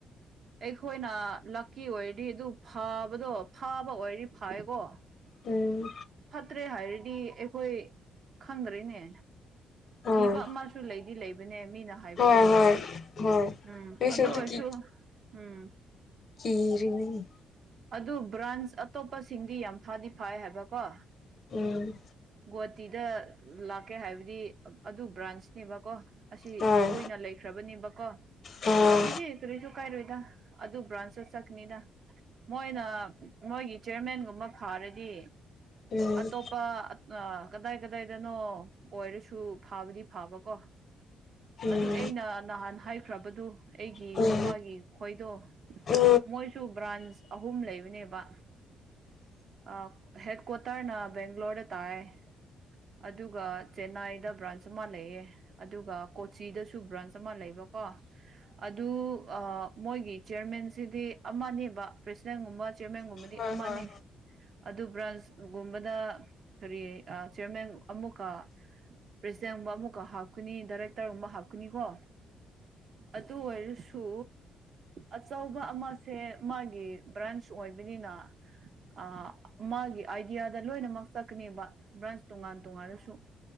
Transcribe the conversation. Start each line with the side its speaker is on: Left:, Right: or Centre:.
Right: ꯑꯩꯈꯣꯏꯅ ꯂꯥꯛꯀꯤ ꯑꯣꯏꯔꯗꯤ ꯑꯗꯨ ꯐꯥꯕꯗꯣ ꯐꯥꯕ ꯑꯣꯏꯗꯤ ꯐꯥꯏꯀꯣ
Left: ꯎꯝ
Right: ꯐꯠꯇ꯭ꯔꯦ ꯍꯥꯏꯔꯗꯤ ꯑꯩꯈꯣꯏ ꯈꯪꯗ꯭ꯔꯦꯅꯦ
Left: ꯑꯥ
Right: ꯀꯤꯕ ꯑꯃꯁꯨ ꯂꯩꯗꯤ ꯂꯩꯕꯅꯦ ꯃꯤꯅ ꯍꯥꯏꯕꯗꯣ
Left: ꯍꯣꯏ ꯍꯣꯏ ꯍꯣꯏ
Right: ꯎꯝ
Left: ꯑꯩꯁꯨ
Right: ꯑꯗꯨ
Left: ꯑꯗꯨꯒꯤ
Right: ꯑꯣꯏꯔꯁꯨ ꯎꯝ
Left: ꯀꯤꯔꯤꯅꯤ
Right: ꯑꯗꯨ ꯕ꯭ꯔꯥꯟꯁ ꯑꯇꯣꯞꯄꯁꯤꯡꯗꯤ ꯌꯥꯝ ꯐꯥꯗꯤ ꯐꯥꯏ ꯍꯥꯏꯕꯀꯣ
Left: ꯎꯝ
Right: ꯒꯨꯍꯥꯇꯤꯗ ꯂꯥꯛꯀꯦ ꯍꯥꯏꯕꯗꯤ ꯑꯗꯨ ꯕ꯭ꯔꯥꯟꯁꯅꯦꯕꯀꯣ ꯑꯁꯤ
Left: ꯍꯣꯏ
Right: ꯀꯨꯏꯅ ꯂꯩꯈ꯭ꯔꯕꯅꯦꯕꯀꯣ
Left: ꯍꯣꯏ
Right: ꯑꯗꯨꯗꯤ ꯀꯔꯤꯁꯨ ꯀꯥꯏꯔꯣꯏꯗ ꯑꯗꯨ ꯕꯔꯥꯟꯁꯇ ꯆꯠꯀꯥꯅꯤꯗꯥ ꯃꯣꯏꯅ ꯃꯣꯏꯒꯤ ꯆꯤꯌꯔꯃꯦꯟꯒꯨꯝꯕ ꯐꯥꯔꯗꯤ
Left: ꯎꯝ
Right: ꯑꯇꯣꯞꯄ ꯑꯥ ꯀꯗꯥꯏ ꯀꯗꯥꯏꯗꯅꯣ ꯑꯣꯏꯔꯁꯨ ꯐꯥꯕꯗꯤ ꯐꯥꯕ ꯀꯣ
Left: ꯎꯝ
Right: ꯑꯗꯨ ꯑꯩꯅ ꯅꯍꯥꯟ ꯍꯥꯏꯈ꯭ꯔꯕꯗꯨ ꯑꯩꯒꯤ
Left: ꯎꯝ
Right: ꯅꯨꯄꯥꯒꯤ ꯈꯣꯏꯗꯣ
Left: ꯎꯝ ꯍꯣꯏ
Right: ꯃꯣꯏꯁꯨ ꯕ꯭ꯔꯥꯟꯁ ꯑꯍꯨꯝ ꯂꯩꯕꯅꯦꯕ ꯑꯥ ꯍꯦꯠ ꯀ꯭ꯋꯥꯇꯔꯅ ꯕꯦꯡꯒ꯭ꯂꯣꯔꯗ ꯇꯥꯏ ꯑꯗꯨꯒ ꯆꯦꯟꯅꯥꯏꯗ ꯕ꯭ꯔꯥꯟꯁ ꯑꯃ ꯂꯩꯌꯦ ꯑꯗꯨꯒ ꯀꯣꯆꯤꯗꯁꯨ ꯕ꯭ꯔꯥꯟꯁ ꯑꯃ ꯂꯩꯕꯀꯣ ꯑꯗꯨ ꯃꯣꯏꯒꯤ ꯆꯤꯌꯔꯃꯦꯟꯁꯤꯗꯤ ꯑꯃꯅꯦꯕ ꯄ꯭ꯔꯁꯤꯗꯦꯟꯒꯨꯝꯕ ꯆꯤꯌꯔꯃꯦꯟꯒꯨꯝꯕꯗꯤ
Left: ꯍꯣꯏ
Right: ꯑꯃꯅꯦ
Left: ꯍꯣꯏ
Right: ꯑꯗꯨ ꯕ꯭ꯔꯥꯟꯁꯒꯨꯝꯕꯗ ꯀꯔꯤ ꯆꯤꯌꯔꯃꯦꯟ ꯑꯃꯨꯛꯀꯥ ꯄ꯭ꯔꯦꯁꯤꯗꯦꯟꯒꯨꯝꯕ ꯑꯃꯨꯛꯀ ꯍꯥꯞꯀꯅꯤ ꯗꯥꯏꯔꯦꯛꯇꯔꯒꯨꯝꯕ ꯍꯥꯞꯀꯅꯤꯀꯣ ꯑꯗꯨ ꯑꯣꯏꯔꯁꯨ ꯑꯆꯧꯕ ꯑꯃꯁꯦ ꯃꯥꯒꯤ ꯕ꯭ꯔꯥꯟꯁ ꯑꯣꯏꯕꯅꯤꯅ ꯑ ꯃꯥꯒꯤ ꯑꯥꯏꯗꯤꯌꯥꯗ ꯂꯣꯏꯅꯃꯛ ꯆꯠꯀꯅꯦꯕ ꯕ꯭ꯔꯥꯟꯁ ꯇꯣꯉꯥꯟ ꯇꯣꯉꯥꯜꯂꯁꯨ